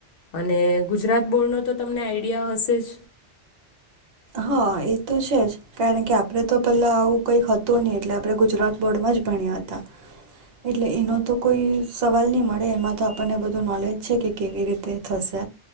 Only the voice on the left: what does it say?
અને ગુજરાત બોર્ડનો તો તમને આઈડિયા હશે જ